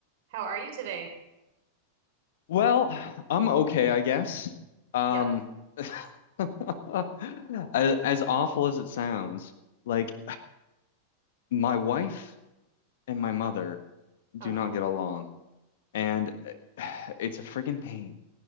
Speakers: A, on the right; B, on the left.
A: How are you today?
B: Well, I'm okay, I guess. Um,
A: Yeah.
B: <laughs> as, as awful as it sounds, like my wife and my mother do
A: Oh no.
B: not get along, and <sighs> it's a friggin' pain.